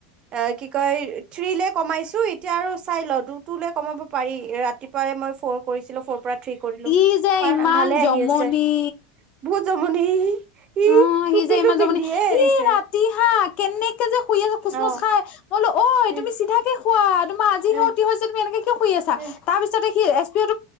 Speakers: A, on the right; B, on the left.
A: অ কি কয় থ্ৰী লেখ কমাইছো এতিয়া আৰু চাই ল দুটোলে কমাব পাৰি ৰাতিপুৱাই মই ফ'ৰ কৰিছিলো ফ'ৰ পৰা থ্ৰী কৰিলো
B: ই যে ইমান
A: ভালে
B: জমনি
A: আহি আছে বহুত জমনি ই
B: অ
A: টুপিটো
B: সি যে ইমান
A: পিন্ধিয়ে
B: যাব নি সি
A: এৰিছে
B: ৰাতি হা কেনেকে যে শুই আছ খোচমচ
A: অ
B: খাই মই বলো ঐ
A: উ
B: তুমি চিধাকে হোৱা তোমা আজিহে
A: উ
B: অতি হৈছে তুমি এনেকে শুই আছা
A: অ',
B: তাৰ পিছত সি এছ পি অো